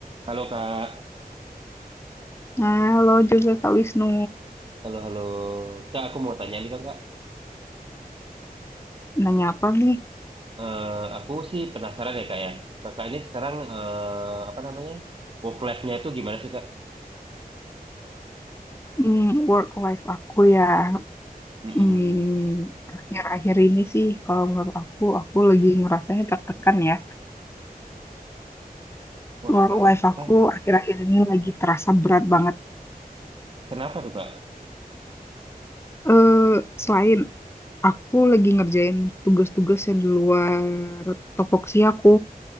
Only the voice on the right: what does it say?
Halo Kak,
halo halo. Kak, aku mau tanya nih dong Kak.
Eh, aku sih penasaran ya Kak ya. Kakak ini sekarang eh, apa namanya? Work life-nya itu gimana sih Kak?
Mm-mm.
Wah,
tertekan.
Kenapa tuh Kak?